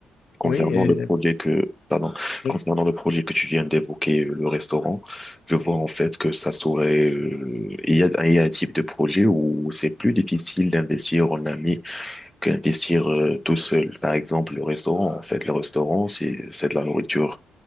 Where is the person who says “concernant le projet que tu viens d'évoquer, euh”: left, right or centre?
Centre